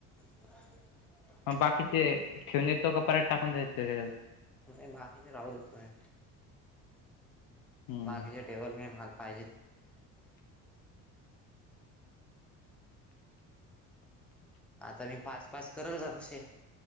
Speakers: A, in the centre; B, on the left.
A: <unintelligible> <inaudible>
B: मग बाकीचे ठेवून येतो का, पऱत टाकून देतो?
A: नाही बाकीचे राहू देत, नाही
B: हम्म
A: बाकीचे टठेवत <unintelligible> मला पाहिजेत. आता मी पाच-पाच करल जरासे